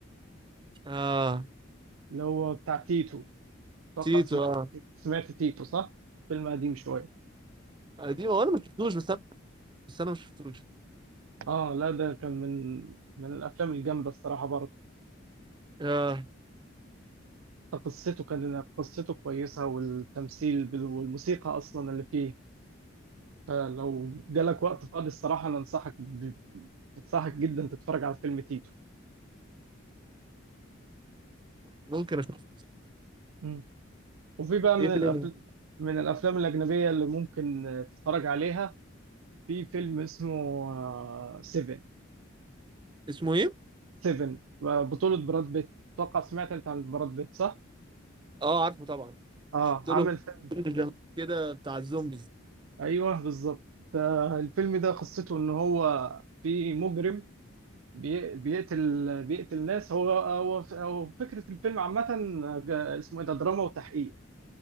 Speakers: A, on the right; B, on the right.
A: اه
B: اللي هو بتاع تيتو أتوقع
A: تيتو
B: سمعت
A: اه
B: سمعت تيتو صح؟ فيلم قديم شوية
A: قديم هو انا ما شفتوش بس انا بس انا ما شفتوش
B: اه لا ده كان من من الأفلام الجامدة الصراحة برضه
A: اه
B: قصته كان قصته كويسة والتمثيل بال- والموسيقى أصلا اللي فيه فلو جالك وقت فاضي الصراحة أنا أنصحك ب- أنصحك جدا تتفرج على فيلم تيتو
A: ممكن اشوف
B: مم. وفي بقى من
A: ايه تاني
B: الأفل... من الأفلام الأجنبية اللي ممكن آه، تتفرج عليها في فيلم اسمه آه، سيفن
A: اسمه ايه؟
B: سيفن بطولة براد بيت أتوقع سمعت أنت عن براد بيت صح؟
A: اه عارفه طبعا
B: آه
A: شفت له
B: عامل فيلم
A: فيلم كده بتاع الزومبيز
B: أيوه بالظبط ده- الفيلم ده قصته إن هو في مجرم بي... بيقتل بيقتل ناس هو هو هو فكرة الفيلم عامة آه، اسمه إيه ده دراما وتحقيق